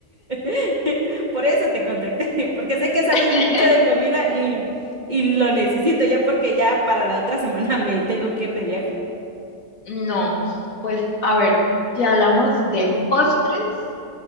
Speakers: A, on the right; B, on the left.
A: <laughs> Por eso te contacté, <laughs> porque sé que sabes
B: <laughs>
A: mucho de comida y, y lo necesito ya porque ya para la otra semana <laughs> me tengo que ir de viaje.
B: No, pues a ver, si hablamos de postres,